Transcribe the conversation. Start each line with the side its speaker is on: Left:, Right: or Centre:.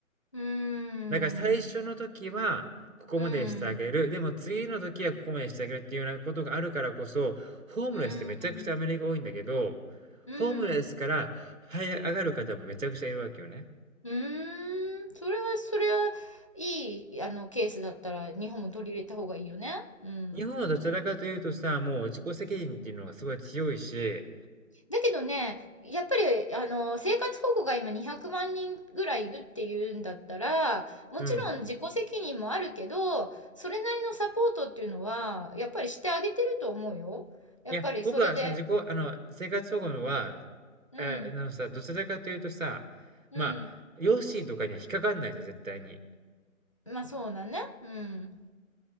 Left: うん、
Right: だから最初の時は、ここまでしてあげる。
Left: うん、
Right: でも次の時はここまでしてあげるっていうようなことがあるからこそ、ホームレスってめちゃくちゃアメリカ多いんだけど、
Left: うん、うん。
Right: ホームレスから這い上がる方もめちゃくちゃいるわけよね。
Left: うーん、それはそれはいい、あの、ケースだったら日本も取り入れた方がいいよね。うん。
Right: 日本はどちらかというとさ、もう自己責任っていうのがすごい強いし、
Left: だけどね、やっぱり、あの、生活保護が今200万人ぐらいいるっていうんだったら、もちろん自己責任もあるけど、
Right: うん。
Left: それなりのサポートっていうのは、やっぱりしてあげてると思うよ。やっぱりそれで、
Right: いや、僕はその自己あの、生活保護のは
Left: うん、
Right: えー、なのさ、どちらかというとさ、
Left: うん。
Right: まあ、ヨッシーとかには引っかかんないじゃん、絶対に。
Left: まあそうだね。うん、